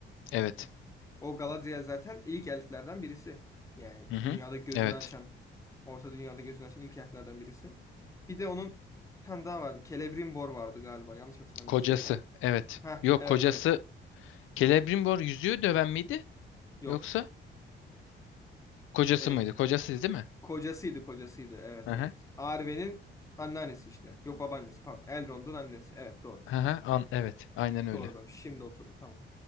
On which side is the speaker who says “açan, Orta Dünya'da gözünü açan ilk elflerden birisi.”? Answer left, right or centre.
Left